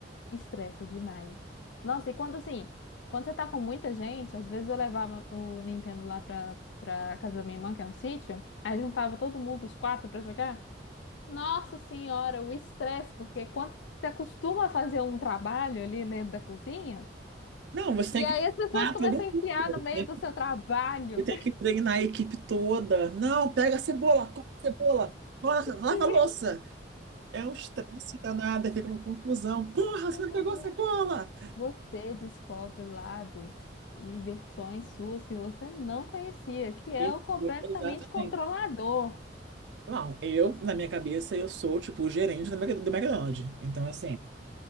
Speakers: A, on the left; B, on the right.
A: Estressa demais. Nossa, e quando assim, quando você tá com muita gente, às vezes eu levava o Nintendo lá pra, pra casa da minha irmã, que é um sítio, aí juntava todo mundo, os quatro, pra jogar. Nossa senhora, o estresse, porque quando você acostuma a fazer um trabalho ali dentro da cozinha,
B: Não, você tem
A: e aí
B: que
A: as pessoas
B: treinar
A: começam
B: todo
A: a enfiar
B: mundo.
A: no meio
B: Tem,
A: do seu trabalho.
B: você tem que treinar a equipe toda. Não, pega a cebola, corta a cebola, corta, lava
A: Gente,
B: a louça. É um estresse danado, fica uma confusão. Porra,
A: ai,
B: você não pegou a cebola!
A: ai. Você descobre lados e versões suas que você não conhecia, que é
B: Isso,
A: o completamente
B: exatamente.
A: controlador.
B: Não, eu, na minha cabeça, eu sou, tipo, o gerente do Mc- do McDonald's. Então, assim,